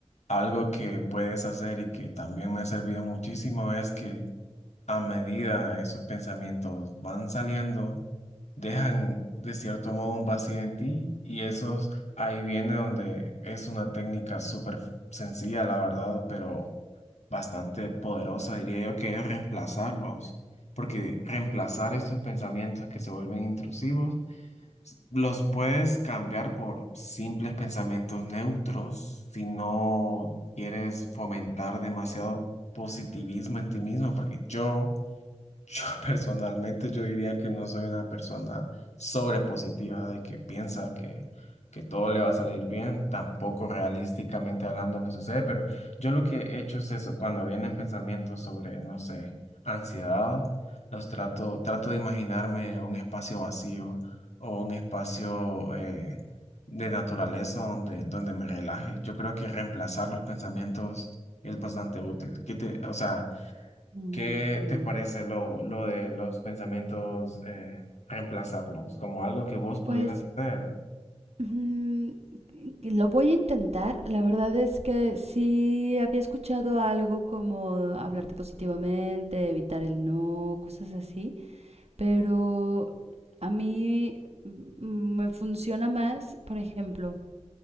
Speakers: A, on the left; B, on the right.
A: algo que puedes hacer y que también me ha servido muchísimo es que a medida esos pensamientos van saliendo, dejan de cierto modo un vacío en ti y esos ahí viene donde es una técnica súper sencilla, la verdad, pero bastante poderosa, diría yo, que es reemplazarlos, porque reemplazar estos pensamientos que se vuelven intrusivos, s- los puedes cambiar por simples pensamientos neutros si no quieres fomentar demasiado positivismo en ti mismo, porque yo yo <laughs> personalmente yo diría que no soy una persona sobrepositiva de que piensa que, que todo le va a salir bien, tampoco realísticamente hablando me sucede, pero yo lo que he hecho es eso, cuando vienen pensamientos sobre, no sé, ansiedad, los trato, trato de imaginarme un espacio vacío o un espacio eh, de naturaleza donde, donde me relaje. Yo creo que reemplazar los pensamientos es bastante útil. Que te- o sea,
B: Ujú.
A: ¿Qué te parece lo, lo de los pensamientos, eh, reemplazarlos como algo que vos pudieras
B: Pues
A: hacer?
B: mm, que lo voy a intentar. La verdad es que sí había escuchado algo como hablarte positivamente, evitar el no, cosas así, pero a mí mm, me funciona más, por ejemplo,